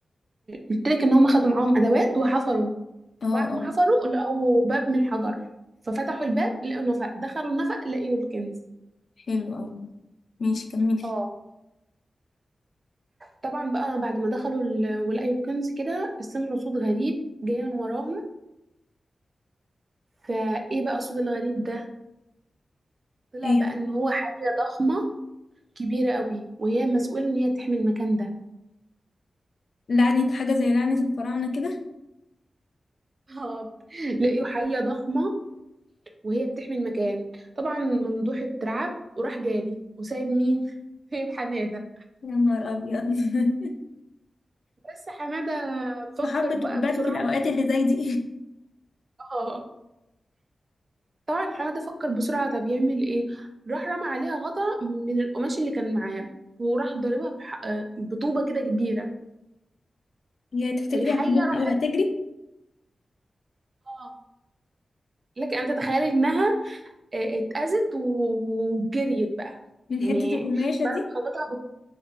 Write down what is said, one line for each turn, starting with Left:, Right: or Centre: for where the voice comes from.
Right: قلت لك ان هم خدوا معاهم ادوات وحفروا
Left: اه
Right: بعد ما
Left: اه
Right: حفروا لقوا باب من الحجر ففتحوا الباب لقوا نفق دخلوا النفق لقيوا الكنز
Left: حلو اوي ماشي كملي
Right: اه طبعا بقى بعد ما دخلوا ال- ولقيوا الكنز كده سمعوا صوت غريب جاي من وراهم فايه بقى الصوت الغريب ده طلع
Left: ايه
Right: بقى ان هو حية ضخمة كبيرة قوي وهي مسؤولة ان هي تحمي المكان ده
Left: لعنة حاجة زي لعنة الفراعنة كده
Right: اه لقيوا حية ضخمة وهي بتحمي المكان طبعا ممدوح اترعب وراح جاري وسايب مين <laughs> سايب حمادة
Left: يا نهار أبيض <laughs>
Right: بس حمادة فكر
Left: محبة
Right: بقى
Left: بتبان
Right: بسرعة
Left: في الأوقات اللي زي دي
Right: اه طبعا حماد فكر بسرعة طب يعمل ايه راح رمى عليها غطا من القماش اللي كان معاه وراح ضاربها بح... آه، بطوبة كده كبيرة
Left: <laughs> يا تفتكري
Right: الحية
Left: هتموت
Right: راحت
Left: أو هتجري
Right: اه لك ان تتخيلي انها آه، اتأذت و- وجريت بقى
Left: من
Right: يعني
Left: حتة القماشة دي
Right: خبطها ب...